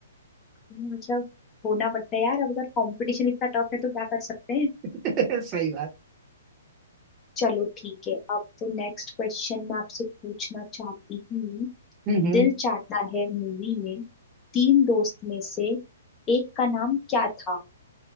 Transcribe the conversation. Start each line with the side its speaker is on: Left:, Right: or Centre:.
Left: मतलब होना पड़ता है यार अब अगर कंपटीशन इतना टफ है तो क्या कर सकते हैं
Right: <laughs> सही बात
Left: चलो ठीक है अब तो नेक्स्ट क्वेश्चन मैं आपसे पूछना चाहती हूँ
Right: हम्म हम्म।
Left: दिल चाहता है मूवी में तीन दोस्त में से एक का नाम क्या था